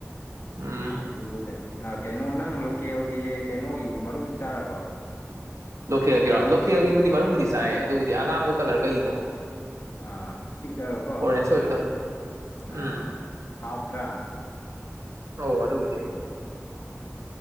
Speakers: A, on the right; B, on the left.
A: ꯎꯝ
B: ꯐꯪꯗꯦ ꯑꯗꯨꯗꯤ ꯀꯩꯅꯣ ꯅꯪ ꯂꯣꯀꯦꯜꯒꯤ ꯀꯩꯅꯣꯒꯤ ꯃꯔꯨꯝ ꯆꯥꯔꯕꯣ
A: ꯂꯣꯀꯦꯜꯒꯤꯔꯣ ꯂꯣꯀꯦꯜꯒꯤꯕꯨꯗꯤ ꯃꯔꯨꯝꯕꯨꯗꯤ ꯆꯥꯏꯌꯦ ꯑꯗꯨꯕꯨꯗꯤ ꯑꯉꯥꯡꯕ ꯀꯂꯔ ꯀꯩꯗꯣ
B: ꯑꯥ ꯄꯤꯛꯑꯒꯀꯣ
A: ꯑꯣꯔꯦꯟꯖ ꯑꯣꯏꯕꯗꯣ ꯎꯝ
B: ꯑꯥ ꯍꯥꯎꯇ꯭ꯔꯥ
A: ꯑꯧ ꯑꯗꯨꯕꯨꯗꯤ
B: ꯎꯝ